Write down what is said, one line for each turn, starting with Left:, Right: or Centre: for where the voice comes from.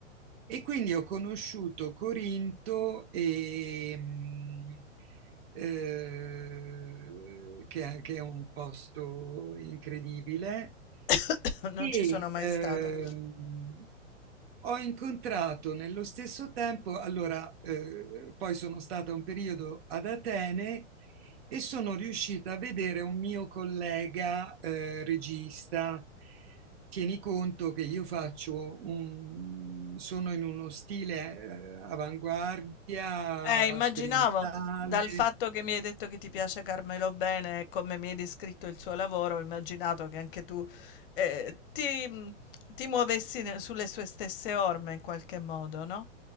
Right: e quindi ho conosciuto Corinto, e, mh, eh, che, è che è un posto incredibile,
Left: <laughs> non
Right: e
Left: ci sono mai
Right: ehm,
Left: stata.
Right: ho incontrato nello stesso tempo, allora, eh, poi sono stata un periodo ad Atene e sono riuscita a vedere un mio collega eh, regista. Tieni conto che io faccio un, sono in uno stile eh, avanguardia,
Left: Eh, immaginavo,
Right: sperimentale,
Left: dal fatto che mi hai detto che ti piace Carmelo Bene e come mi hai descritto il suo lavoro, ho immaginato che anche tu eh, ti, ti muovessi ne- sulle sue stesse orme in qualche modo, no?